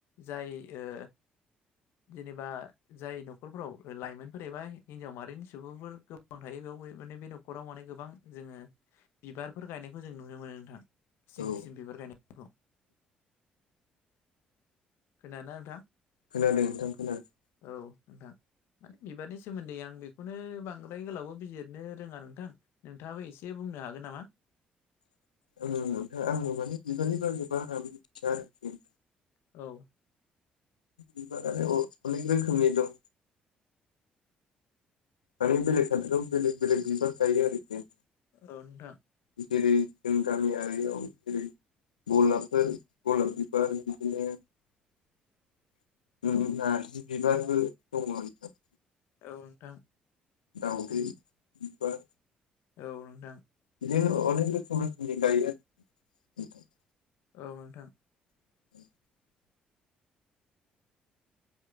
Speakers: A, on the left; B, on the left.
A: जाय ओ जेनेबा जाय न'खरफोराव लाइमोनफोर एबा हिनजाव माहारिनि सुबुंफोर गोबां थायो बेयाव माने बे न'खराव माने गोबां जोङो बिबारफोर गायनायखौ जों नुनो मोनो नोंथां। खिसिम
B: औ
A: खिसिम बिबार गायनायफोरखौ। खोनादोंना नोंथां?
B: खोनादों नोंथां खोनादों
A: औ नोंथां। माने बिबारनि सोमोन्दै आं बेखौनो बांद्राय गोलावबो बिजिरनो रोङा नोंथां। नोंथाङाबो एसे बुंनो हागोन नामा?
B: आङो नोंथां माने बिबारनि बागै बारा मिथिया आरोखि।
A: औ।
B: बिबारालाय अ-अनेक रोखोमनि दं। माने बेलेग <unintelligible> बेलेग बेलेग बिबार गायो आरोखि।
A: औ नोंथां।
B: जेरै जों गामियारियाव जेरै गलाबफोर, गलाब बिबार बिदिनो नारजि बिबारबो दङ नोंथां।
A: औथट नोंथां।
B: दाउदै बिबार।
A: औ नोंथां।
B: <unintelligible> अनेख रोखोम रोखोमनि गायो <unintelligible>
A: औ नोंथां
B: <inaudible>